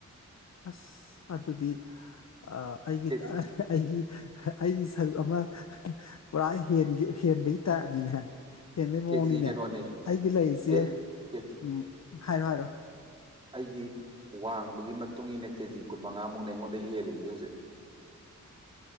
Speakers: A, on the left; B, on the right.
A: ꯑꯁ ꯑꯗꯨꯗꯤ ꯑꯥ ꯑꯩꯒꯤ
B: ꯀꯦꯖꯤ
A: ꯑꯩꯒꯤ ꯑꯩꯒꯤ ꯁꯔꯨꯛ ꯑꯃ꯫ ꯄꯨꯔꯥ ꯍꯦꯟꯒꯦ ꯍꯦꯟꯕꯩ ꯇꯥꯏꯞꯅꯤꯅꯦ ꯍꯦꯟꯕꯩ
B: ꯀꯦꯖꯤ
A: ꯃꯑꯣꯡꯅꯤꯅꯦ
B: ꯀꯩꯅꯣꯅꯦ
A: ꯑꯩꯒꯤ ꯂꯩꯔꯤꯁꯦ
B: ꯀꯦ ꯀꯦꯖꯤ
A: ꯎꯝ ꯍꯥꯏꯔꯣ ꯍꯥꯏꯔꯣ
B: ꯑꯩꯒꯤ ꯋꯥꯡꯕꯒꯤ ꯃꯇꯨꯡ ꯏꯟꯅ ꯀꯦꯖꯤ ꯀꯨꯟꯃꯉꯥꯃꯨꯛꯅꯦ ꯑꯩꯉꯣꯟꯗꯩꯩ ꯍꯦꯜꯂꯤꯖꯦ ꯍꯧꯖꯤꯛ꯫